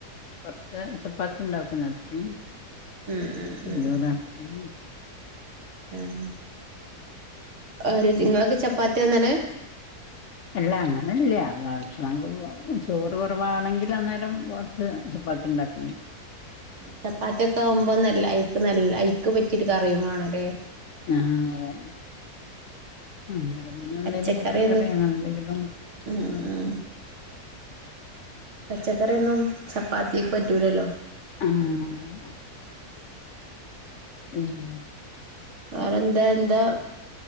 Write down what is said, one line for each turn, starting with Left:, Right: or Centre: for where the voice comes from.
Left: കൊറച്ച് ചപ്പാത്തി ണ്ടാക്കാണ രാത്രി
Right: ഉം ഉം
Left: പിന്നെ
Right: ഉം
Left: ചോറ് ആക്കി
Right: ആഹ് ആര് നിങ്ങളൊക്കെ ചപ്പാത്തി യാ ന്നല്
Left: അല്ല അങ്ങനെല്ല. ഭക്ഷണം ചോറ് കൊറവാണെങ്കിൽ അന്നേരം കുറച്ച് ചപ്പാത്തിണ്ടാക്കും.
Right: ചപ്പാത്തിക്കെ ആവുമ്പോ നല്ല ഐക്ക് നല്ല ഐക്ക് പറ്റി ഒര് കറിം വേണല്ലേ
Left: ആഹ് അതെ അന്നേരം പിന്നെ എന്തെങ്കിലും
Right: പച്ചക്കറിയൊന്നും
Left: മുട്ടക്കറി അങ്ങെന്തെങ്കിലും
Right: ഉം
Left: മാക്ക
Right: ഉം പച്ചക്കറിന്നും ചപ്പാത്തിക്ക് പറ്റൂലല്ലോ.
Left: ആഹ പിം
Right: വേറെ എന്താ എന്താ